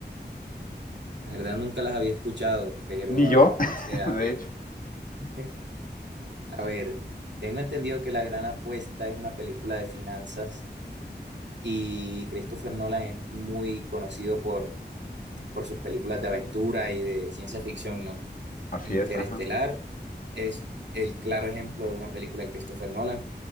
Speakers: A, on the right; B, on the left.
A: La verdad, nunca las había escuchado, pero,
B: Ni yo,
A: ah, o
B: <laughs>
A: sea,
B: de
A: a ver.
B: hecho.
A: <laughs> A ver, tengo entendido que La Gran Apuesta es una película de finanzas Y Christopher Nolan es muy conocido por, por sus películas de aventura y de ciencia ficción, ¿no?
B: Así
A: Interestelar
B: es, ajá.
A: es el claro ejemplo de una película de Christopher Nolan,